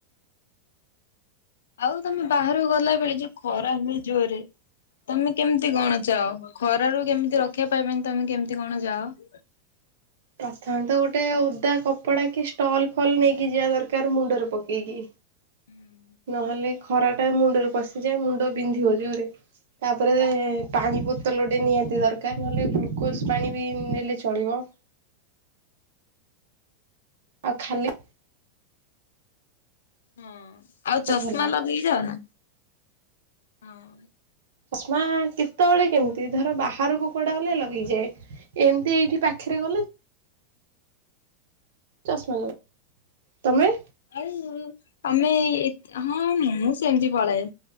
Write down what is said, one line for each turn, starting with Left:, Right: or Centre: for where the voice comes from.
Left: ଆଉ ତମେ ବାହହାରକୁ ଗଲା ବେଳେ ଯୋଉ ଖରା ହୁଏ ଜୋରରେ ତମେ କେମିତି କଣ ଅଛ ଖରା ରୁ କେମିତି ରକ୍ଷିବା ପାଇ ପାଇଁ ତମେ କେମତି କଣ ଯାଅ
Right: ପ୍ରଥମେ ତ ଗୋଟେ ଓଦା କପଡ଼ା କି ଷ୍ଟଲ୍ ଫଲ୍ ନେଇକି ଯିବା ଦରକାର ମୁଣ୍ଡରେ ପକେଇକି
Left: ହୁଁ
Right: ନହେଲେ ଖରାଟା ମୁଣ୍ଡରେ ପଶିଯାଏ ମୁଣ୍ଡ ବିନ୍ଧିବ ଜୋରରେ ତାପରେ ପାଣି ପ ବତଲଟେ ନିହାତି ଦରକାର ନହେଲେ ଗ୍ଲୁକୋଜ୍ ପାଣି ବି ନେଲେ ଚଳିବ ଆଉ ଖାଲି
Left: ହଁ ଆଉ ଚଷମା
Right: ଭଲ।
Left: ଲଗେଇ ଯାଅ ନା ହଁ
Right: ଚଷମା କେତେବେଳେ କେମିତି ଧର ବାହାରକୁ କୁଆଡା ଗଲେ ଲଗେଇଯାଏ ଏମିତି ଏଇଠି ପାଖରେ ଗଲେ ଚାଷମା ଲଗା ତମେ
Left: ଆଉ ତ ହଁ ମୁଁ ସେମିତି ପଳାଏ